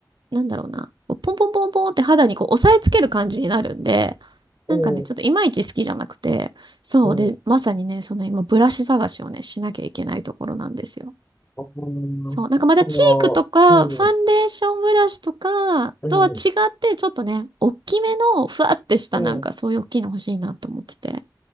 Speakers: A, on the right; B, on the left.
A: う、なんだろうな、こうポンポンポンポンって肌にこう、押さえつける感じになるんで、なんかね、
B: うん、
A: ちょっといまいち好きじゃなくて、そう、
B: うん、
A: で、まさにね、その今、ブラシ探しをね、しなきゃいけないところなんですよ。
B: うんあの、
A: そう、なんかまだチークとか、
B: うん、
A: ファンデーションブラシとかとは違って、
B: うん、
A: ちょっとね、大きめの、ふわってした、
B: うん。
A: なんかそういう大きいの欲しいなと思ってて。